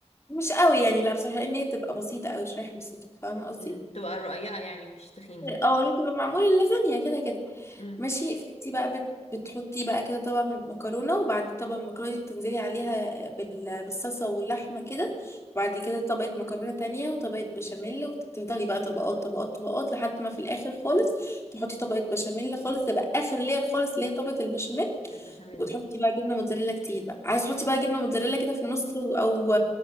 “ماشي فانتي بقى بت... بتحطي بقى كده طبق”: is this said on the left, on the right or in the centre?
Left